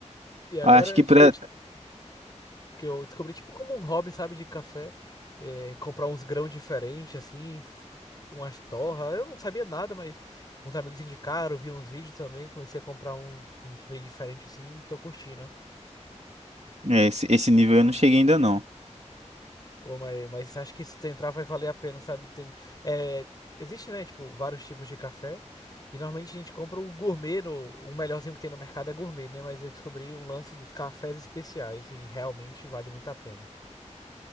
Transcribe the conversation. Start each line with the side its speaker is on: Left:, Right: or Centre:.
Left: E agora
Right: Acho que
Left: acho
Right: pra
Left: que eu, de- que eu descobri, tipo, como um hobby, sabe, de café, é, comprar uns grãos diferentes, assim, f- umas torras. Eu não sabia nada, mas uns amigos indicaram, vi uns vídeos também, comecei a comprar um- uns meio diferentes, assim, e tô curtindo.
Right: é, esse, esse nível eu não cheguei ainda não.
Left: Pô, mas, mas acho que se tu entrar vai valer a pena, sabe? Tem, é, existe, né, tipo, vários tipos de café. E normalmente a gente compra o gourmet, no- o melhorzinho que tem no mercado é gourmet, né? Mas eu descobri um lance dos cafés especiais e realmente vale muito a pena.